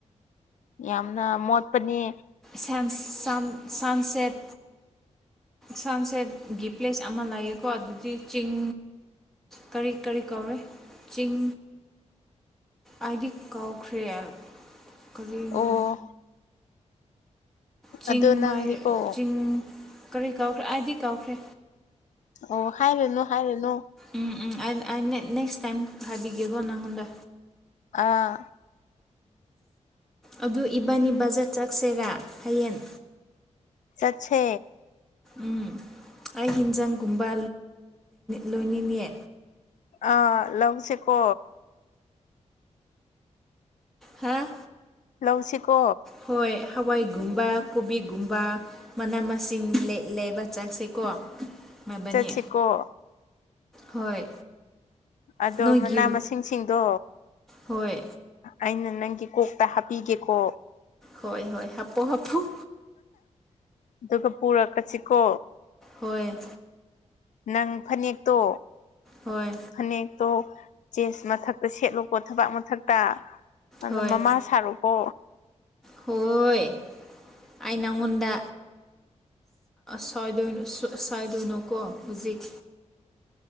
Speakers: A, on the left (about 80°); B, in the centre.
A: ꯌꯥꯝꯅ ꯃꯣꯠꯄꯅꯤ
B: ꯁ ꯁꯟ ꯁꯟꯁꯦꯠ ꯁꯟꯁꯦꯠ ꯒꯤ ꯄ꯭ꯂꯦꯁ ꯑꯃ ꯂꯩꯌꯦꯀꯣ ꯑꯗꯨꯗꯤ ꯆꯤꯡ ꯀꯔꯤ ꯀꯔꯤ ꯀꯧꯔꯦ ꯆꯤꯡ ꯑꯩꯗꯤ ꯀꯥꯎꯈ꯭ꯔꯦ ꯀꯔꯤꯃꯤ
A: ꯑꯣ
B: ꯆꯤꯡ
A: ꯑꯗꯣ ꯅꯪꯗꯤꯀꯣ
B: ꯃꯥꯏ ꯆꯤꯡ ꯀꯔꯤ ꯀꯥꯎꯈ꯭ꯔꯦ ꯑꯩꯗꯤ ꯀꯥꯎꯈ꯭ꯔꯦ
A: ꯑꯣ ꯍꯥꯏꯔꯦꯅꯨ ꯍꯥꯏꯔꯦꯅꯨ
B: ꯎꯝ ꯎꯝ ꯑ ꯅꯦꯛꯁ ꯇꯥꯏꯝ ꯍꯥꯏꯕꯤꯒꯦꯒꯣ ꯅꯪꯣꯟꯗ
A: ꯑꯥ
B: ꯑꯗꯨ ꯏꯕꯥꯅꯤ ꯕꯖꯔꯠ ꯆꯠꯁꯦꯔꯥ ꯍꯌꯦꯡ
A: ꯆꯠꯁꯦ
B: ꯎꯝ ꯑꯩ ꯍꯤꯟꯖꯥꯡꯒꯨꯝꯕ ꯂꯣꯏꯅꯤꯡꯌꯦ
A: ꯑ ꯂꯧꯁꯤꯦꯀꯣ
B: ꯍꯥꯦ
A: ꯂꯧꯁꯤꯀꯣ
B: ꯍꯣꯏ ꯍꯋꯥꯏꯒꯨꯝꯕ ꯀꯣꯕꯤꯒꯨꯝꯕ ꯃꯅꯥ ꯃꯁꯤꯡꯂꯦꯕ ꯆꯥꯛꯁꯦꯀꯣ ꯍꯥꯏꯅꯤ
A: ꯆꯠꯁꯤꯀꯣ
B: ꯍꯣꯏ
A: ꯑꯗꯣ
B: ꯅꯣꯏꯒꯤ
A: ꯃꯅꯥ ꯃꯁꯤꯡꯁꯤꯡꯗꯣ
B: ꯍꯣꯏ
A: ꯑꯩꯅ ꯅꯪꯒꯤ ꯀꯣꯛꯇ ꯍꯥꯞꯄꯤꯒꯦꯀꯣ
B: ꯍꯣꯏ ꯍꯣꯏ ꯍꯥꯞꯄꯣ ꯍꯥꯞꯄꯣ
A: ꯑꯗꯨꯒ ꯄꯨꯔꯛꯀꯁꯤꯀꯣ
B: ꯍꯣꯏ
A: ꯅꯪ ꯐꯅꯦꯛꯇꯣ
B: ꯍꯣꯏ
A: ꯐꯅꯦꯛꯇꯣ ꯆꯦꯟꯁ ꯃꯊꯛꯇ ꯁꯦꯠꯂꯨꯀꯣ ꯊꯕꯥꯛ ꯃꯊꯛꯇ ꯑꯗꯣ
B: ꯍꯣꯏ
A: ꯃꯃꯥ ꯁꯥꯔꯨꯀꯣ
B: ꯍꯣꯏ ꯑꯩ ꯅꯪꯉꯣꯟꯗ ꯁꯣꯏꯗꯣꯏꯅꯣ ꯆꯥꯏꯗꯣꯏꯅꯣꯀꯣ ꯍꯧꯖꯤꯛ